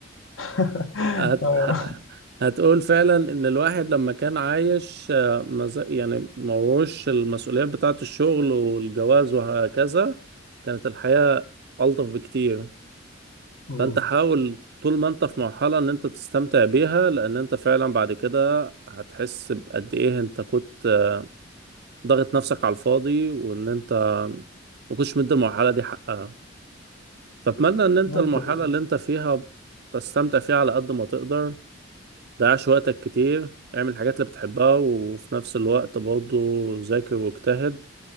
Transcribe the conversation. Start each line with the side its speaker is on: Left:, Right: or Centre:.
Left: <laughs>
Right: هت...
Left: آه.
Right: ه- هتقول فعلا ان الواحد لما كان عايش آه، مز... يعني موش المسؤوليات بتاعة الشغل والجواز وهكذا كانت الحياة ألطف بكتير
Left: مم.
Right: فانت حاول طول ما انت في مرحلة ان انت تستمتع بيها لان انت فعلا بعد كده هتحس بقد ايه انت كنت آه، ضاغط نفسك على الفاضي وان انت ما كنتش مدي المرحلة دي حقها فأتمنى ان انت
Left: ممكن
Right: المرحلة
Left: برضه
Right: اللي انت فيها تستمتع فيها على قد ما تقدر ضيعش وقتك كتير اعمل الحاجات اللي بتحبها وفي نفس الوقت برضه ذاكر واجتهد